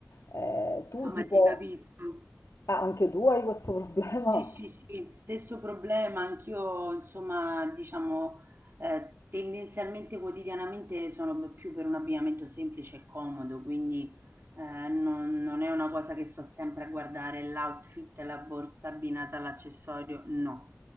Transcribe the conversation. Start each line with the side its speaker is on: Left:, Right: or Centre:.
Left: Eh, tu
Right: No,
Left: tipo...
Right: ma ti capisco.
Left: Ah, anche tu hai questo <laughs> problema?
Right: Sì, sì, sì, stesso problema, anch'io insomma diciamo eh, tendenzialmente quotidianamente sono più per un abbigliamento semplice e comodo, quindi eh, non, non è una cosa che sto sempre a guardare l'outfit, la borsa abbinata all'accessorio, no,